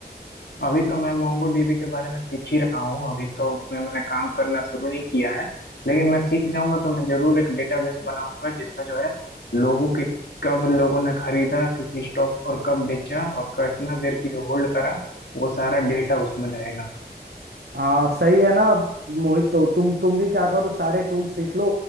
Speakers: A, on the left (about 80°); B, on the right (about 80°).
A: अभी तो मैं मोंगोडीबी के बारे में सीख ही रहा हूँ अभी तो उसमें मैंने काम करना शुरू नहीं किया है लेकिन मैं सीख जाऊंगा तो मैं जरूर एक डेटाबेस बनाऊंगा जिसमें जो है लोगों के कब लोगों ने खरीदा किसी स्टॉक को और कब बेचा और कितना देर के लिए होल्ड करा वो सारा डेटा उसमें रहेगा
B: हाँ सही है ना मोहित तो तुम तुम भी क्या करो सारे टूल सीख लो